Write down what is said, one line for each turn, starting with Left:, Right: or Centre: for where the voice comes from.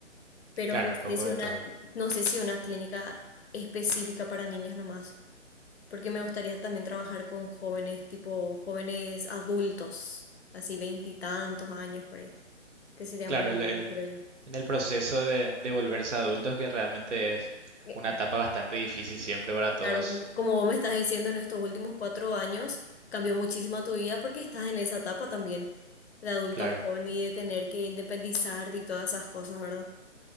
Left: Pero
Right: Claro,
Left: no sé
Right: un poco
Left: si
Right: de
Left: una,
Right: todo.
Left: no sé si una clínica específica para niños nomás. porque me gustaría también trabajar con jóvenes, tipo jóvenes adultos, así veintitantos años por ahí, que sería
Right: Claro,
Left: muy lindo,
Right: el, el-
Left: creo yo.
Right: en el proceso de, de volverse adultos, que realmente es
Left: Eh,
Right: una etapa bastante difícil siempre para todos.
Left: Claro, como como vos me estás diciendo, en estos últimos cuatro años cambió muchísimo tu vida porque estás en esa etapa también, de adulto
Right: Claro.
Left: joven y de tener que independizarte y todas esas cosas, ¿verdad?